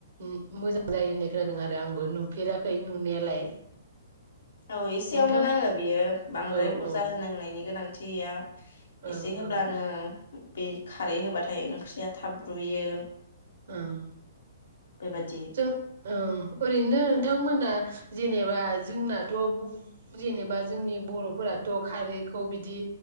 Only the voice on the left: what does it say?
औ एसेयावनो
नाङो बियो बांद्राय
बुरजा
होनांनायनि गोनां थि गैया
एसे होब्लानो
बे खारै होबाथाय ओंख्रिया थाब रुयो
बेबायदि